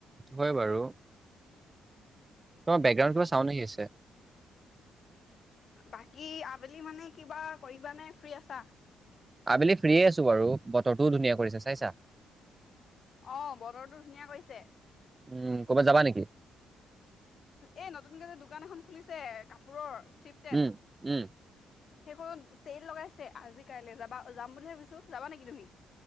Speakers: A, on the right; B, on the left.
A: হয় বাৰু তোমাৰ বেকগ্ৰাউণ্ড কিবা চাউণ্ড আহি আছে।
B: বাকী আবেলি মানে কিবা কৰিবা নে ফ্ৰী আছা
A: আবেলি ফ্ৰীয়ে আছো বাৰু বতৰটোও ধুনীয়া কৰিছে চাইছা
B: অ বতৰটো ধুনীয়া কৰিছে।
A: উম কৰ'বাত যাবা নেকি?
B: এ নতুনকেই যে দোকান এখন খুলিছে কাপোৰৰ থ্ৰিফটেড
A: উম উম
B: সেইখনত চেইল লগাইছে আজি কাইলে যাবা যাম বুলি ভাবিছো যাবা নেকি তুমি